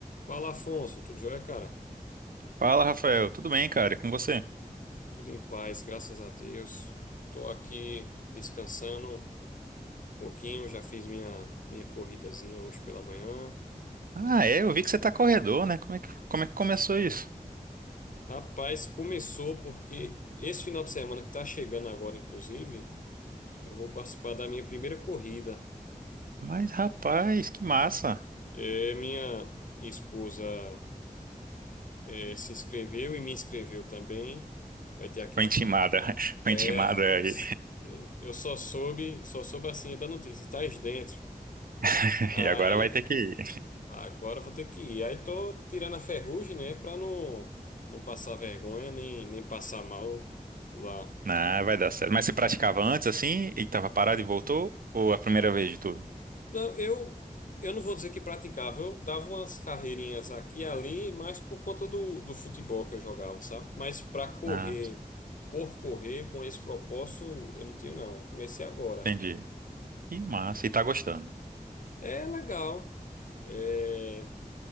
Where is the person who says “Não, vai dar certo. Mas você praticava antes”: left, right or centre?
Right